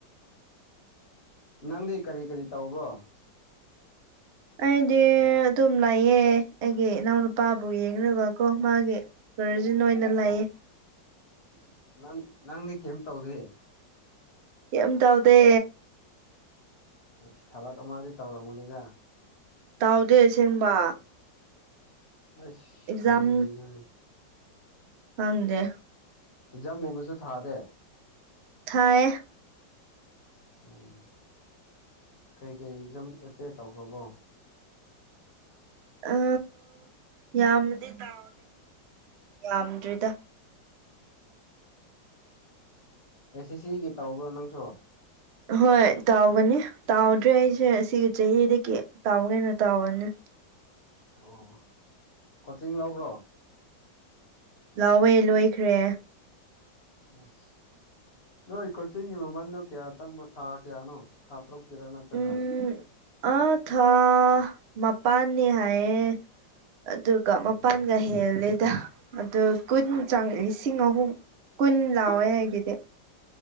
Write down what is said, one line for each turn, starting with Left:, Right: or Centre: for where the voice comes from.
Left: ꯅꯪꯗꯤ ꯀꯔꯤ ꯀꯔꯤ ꯇꯧꯕ꯭ꯔꯣ
Right: ꯑꯩꯗꯤ ꯑꯗꯨꯝ ꯂꯩꯑꯦ ꯑꯩꯒꯤ ꯏꯅꯥꯎ ꯅꯨꯄꯥꯕꯨ ꯌꯦꯡꯔꯒ ꯀꯣ ꯃꯥꯒꯤ ꯀꯔꯖꯤꯟ ꯑꯣꯏꯅ ꯂꯩꯌꯦ
Left: ꯅꯪ ꯅꯪꯗꯤ ꯀꯦꯝ ꯇꯧꯗꯦ
Right: ꯀꯦꯝ ꯇꯧꯗꯦ
Left: ꯏꯁ ꯊꯕꯛ ꯑꯃꯗꯤ ꯇꯧꯔꯝꯒꯅꯤꯗ
Right: ꯇꯥꯎꯗꯦ ꯑꯁꯦꯡꯕ
Left: ꯑꯥꯏꯁ
Right: ꯑꯦꯛꯖꯥꯝ
Left: ꯀꯔꯤꯅꯣꯅꯦ
Right: ꯈꯪꯗꯦ
Left: ꯑꯦꯛꯖꯥꯝꯒꯨꯝꯕꯁꯨ ꯊꯥꯗꯦ
Right: ꯊꯥꯏꯌꯦ
Left: ꯑꯣ ꯀꯩꯀꯩ ꯑꯦꯛꯖꯥꯝ ꯑꯦꯄꯤꯌꯔ ꯇꯧꯈ꯭ꯔꯕꯣ
Right: ꯑ ꯌꯥꯝꯃꯗꯤ ꯇꯥꯎꯗꯦ ꯌꯥꯝꯗ꯭ꯔꯤꯗ
Left: ꯑꯦꯁ ꯑꯦꯁ ꯁꯤꯒꯤ ꯇꯧꯕ꯭ꯔꯣ ꯅꯪꯁꯨ
Right: ꯍꯣꯏ ꯇꯥꯎꯒꯅꯤ ꯇꯥꯎꯗ꯭ꯔꯦ ꯑꯩꯁꯦ ꯁꯤꯒꯤ ꯆꯍꯤꯗꯒꯤ ꯇꯥꯎꯒꯦꯅ ꯇꯥꯎꯕꯅꯤ
Left: ꯑꯣ ꯀꯣꯆꯤꯡ ꯂꯧꯕ꯭ꯔꯣ
Right: ꯂꯧꯋꯦ ꯂꯣꯏꯈ꯭ꯔꯦ
Left: ꯑꯁ ꯅꯣꯏ ꯀꯣꯆꯤꯡꯒꯤ ꯃꯃꯟꯗꯣ ꯀꯌꯥ ꯆꯪꯕ ꯊꯥ ꯀꯌꯥꯅꯣ ꯊꯥ ꯇꯔꯨꯛꯀꯤꯔꯣ ꯅꯠꯇ꯭ꯔꯒ
Right: ꯎꯝ ꯑꯥ ꯊꯥ ꯃꯄꯥꯟꯅꯤ ꯍꯥꯏꯌꯦ ꯑꯗꯨꯒ ꯃꯄꯥꯟꯒ
Left: ꯑꯣ
Right: ꯍꯦꯜꯂꯦꯗ ꯑꯗꯣ ꯀꯨꯟ ꯆꯪ ꯂꯤꯁꯤꯡ ꯑꯍꯨꯝ ꯀꯨꯟ ꯂꯥꯎꯋꯦ ꯑꯩꯒꯤꯗꯤ